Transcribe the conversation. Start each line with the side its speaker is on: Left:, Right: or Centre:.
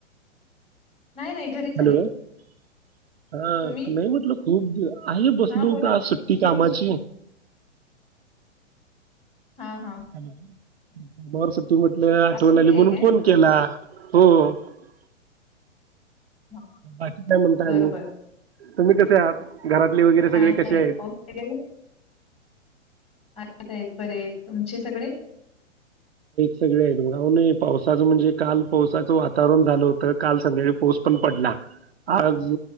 Left: नाही नाही घरीच
Right: हॅलो
Left: आहे
Right: हा नाही
Left: तुम्ही
Right: म्हटलं खूप आहे बसलो
Left: हा बोला
Right: होत
Left: की
Right: सुट्टी कामाची
Left: हा हा
Right: हॅलो र स <inaudible> तू म्हटलं आठवण
Left: आज सुट्टी
Right: आली
Left: आहे
Right: म्हणून
Left: काय
Right: फोन केला. हम्म
Left: हा,
Right: बाकी काय म्हणता
Left: बर
Right: आणि
Left: बर
Right: तुम्ही कसे आहात घरातले वगैरे सगळे
Left: काय
Right: कसे
Left: नाही
Right: आहेत?
Left: पाऊस वगैरे आहेत आहेत बरे आहेत तुमचे सगळे
Right: सगळे आहेत जाऊ पावसाचं म्हणजे काल पावसाचं वातावरण झालं होत काल संध्याकाळी पाऊस पण पडला आज